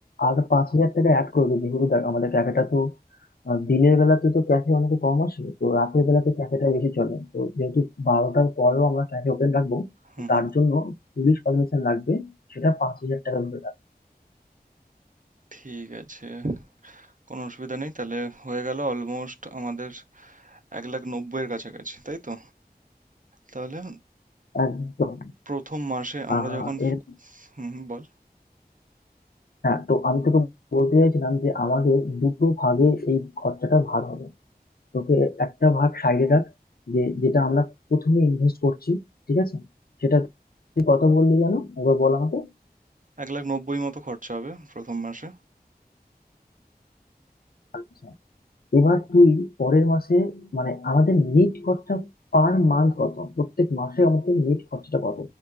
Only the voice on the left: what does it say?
আর পাঁচ হাজার টাকা অ্যাড করবি যেহেতু দেখ আমাদের ক্যাফেটা তো আহ, দিনের বেলাতে তো ক্যাফে অনেক কম আসে তো রাতের বেলাতে ক্যাফেটা বেশি চলে তো যেহেতু বারোটার পরেও আমরা ক্যাফে ওপেন রাখবো
তো তার
জন্য পুলিশ পারমিশন লাগবে সেটা পাঁচ হাজার টাকা ধরে রাখ
একদম
আহ
এর
হ্যাঁ তো আমি তোকে বলতে চাইছিলাম যে আমাদের দুটো ভাগে এই খরচাটা ভাগ হবে তোকে একটা ভাগ সাইডে রাখ যে যেটা আমরা প্রথমে ইনভেস্ট করছি ঠিক আছে সেটা তুই কত বললি যেন একবার বল আমাকে
আচ্ছা, এবার তুই পরের মাসে মানে আমাদের নেট খরচা পার মান্থ কত প্রত্যেক মাসে আমাদের নেট খরচাটা কত